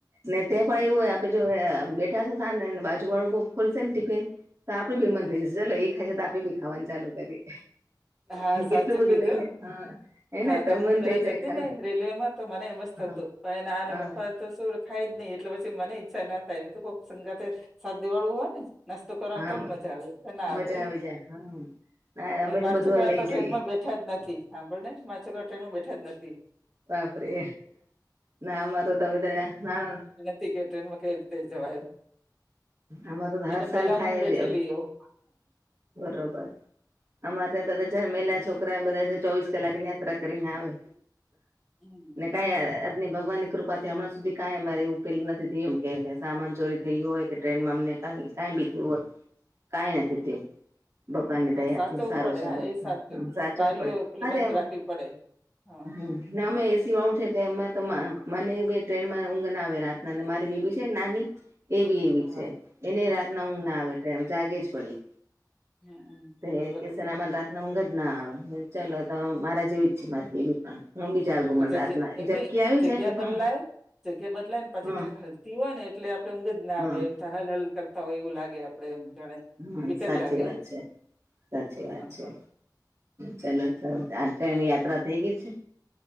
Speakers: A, on the right; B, in the centre.
A: ને તે પણ એવું છે આપડે જો બેઠા હસુ બાજુ વાળુ ખોલશે ને ટિફિન. તો આપડે બી મન થઈ જશે ચાલો એ ખાય છે તો આપડે બી ખાવાનું ચાલુ કરીએ.
B: હા
A: કેટલું
B: સાચું
A: બધું
B: કીધું
A: લઈએ હા હેને
B: હા
A: ત
B: તો હું
A: મન
B: પેલા
A: થઇ જાય
B: જતી
A: ખરા
B: ને રેલવે માં તો મને એમજ
A: હા
B: થતું. પ આના
A: હા
B: પપા તો સુર. થાય જ નઈ એટલે પછી મને ઈચ્છા ના થાય હું તો કોક સંગાતે સાથ દેવાવાળું હોય ને. નાસ્તો કરવાનો
A: હા
B: તો મજા આવે ના
A: મજા
B: આવે
A: આવી જાય હા ના અમે તો
B: મારે.
A: બધું
B: છોકરાઓ
A: લઈ
B: તો
A: જઈએ
B: ટ્રેનમાં બેઠા જ નથી સાંભળ ને મારા છોકરાઓ ટ્રેન માં બેઠા જ નથી.
A: બાપરે ના અમારે તો બધા ના.
B: ટિકિટ ટ્રેનમાં કઈ રીતે જવાયમ
A: અમાર તો હર
B: એને
A: સાલ
B: પેલા
A: થાય
B: હું બેઠેલી
A: એવું
B: હોવ.
A: બરોબર અમારે ત્યાં જમેલા છોકરા બધા ચોવીસ કલાક ની યાત્રા કરીને આવે.
B: હમ
A: ને કાય અને ભગવાન. કૃપાથી હમણાં સુધી કઈ અમારે એવું ફેલું નથી થય એમ કે સામાન ચોરી થય હોય ટ્રેનમાં અમને ક કઈ બીું હોય કઈ
B: હમ
A: નથી તું ભગવાનની
B: હા
A: દયા
B: સાચવવું
A: થી સારું
B: પડે
A: છે
B: હા એ સાચું
A: સાચવું
B: બારીઓ
A: પડે
B: પેલી
A: અરે
B: બંધ
A: એમ
B: રાખવી પડે હા
A: હમ નામે સિવાું છે એમાં તો મને ટ્રેનમાં ઊઘ ના આવે રાતનાને મારી બેબી છે ને નાની એવી એવી
B: હા
A: છે એને રાતના ઊંઘ ના આવે ટ જાગે જ પડી
B: હમ
A: બે
B: બરોબર
A: કે સને મન રાત ઊંઘ જ ના આવે ચાલો તો મારા જેવી જ છે મારી એવી પણ હું બી જાગુ મને
B: જગ્યા
A: રાતના એ
B: એમની
A: ઝબકી આવી
B: જગ્યા
A: જાય પણ
B: બદલાય જગ્યા બદલાય ને પાછી
A: હમ
B: ટ્રેન હલતી હોય ને એટલે આપડ ઊંઘ જ ના
A: હમ
B: આવે એમ હલ હલ કર હોય એવું લાગે આપડે એમ જાણે
A: હમ હમ
B: વિક
A: સાચી
B: જ લાગે
A: વાત છે સાચી
B: હા
A: વાત છે
B: તો
A: ચલો તો આ ટ્રેનની યાત્રા થઈ ગય છે